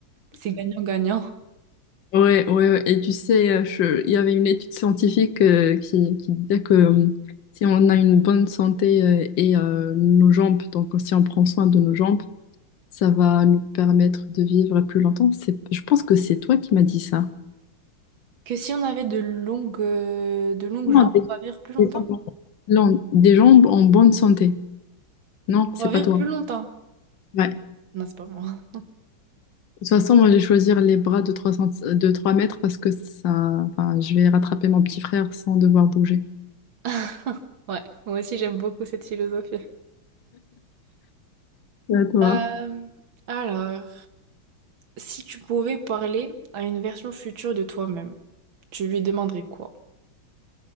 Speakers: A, on the right; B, on the left.
A: c'est gagnant-gagnant.
B: Ouais, ouais, ouais. Et tu sais, euh, je- il y avait une étude scientifique euh, qui, qui disait que euh, si on a une bonne santé euh, et euh, nos jambes, donc si on prend soin de nos jambes, ça va nous permettre de vivre plus longtemps. C'est, je pense que c'est toi qui m'as dit ça.
A: Que si on avait de longues, euh, de longues
B: Non,
A: jambes,
B: des,
A: on va vivre plus longtemps?
B: des gens non, des gens en bonne santé. Non, c'est
A: On va
B: pas
A: vivre
B: toi.
A: plus longtemps.
B: Ouais. De
A: Non, c'est pas moi.
B: toute façon, moi, j'ai choisi les bras de 3, de 3 mètres parce que ça, enfin, je vais rattraper mon petit frère sans devoir bouger.
A: <laughs> Ouais, moi aussi, j'aime beaucoup cette philosophie.
B: C'est à toi.
A: Euh, alors, si tu pouvais parler à une version future de toi-même, tu lui demanderais quoi?